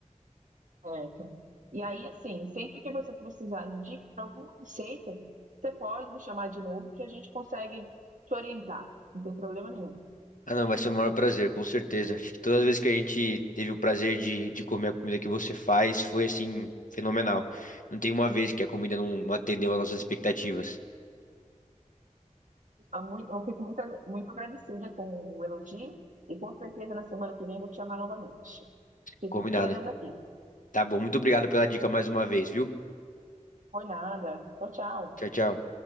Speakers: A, on the right; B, on the left.
A: certo? E aí, assim, sempre que você precisar de dica para alguma receita, você pode me chamar de novo que a gente consegue te orientar. Não tem problema nenhum.
B: Ah, não, vai ser o maior prazer, com certeza. Acho que todas as vezes que a gente teve o prazer de, de comer a comida que você faz, foi assim, fenomenal. Não tem uma vez que a comida não, não atendeu às nossas expectativas.
A: Eu mui- eu fico muito, a- muito agradecida com o elogio e com certeza na semana que vem vou te chamar novamente. Fico
B: Combinado.
A: te esperando aqui.
B: Tá bom, muito obrigado pela dica mais uma vez, viu?
A: Foi nada. Tchau, tchau.
B: Tchau, tchau.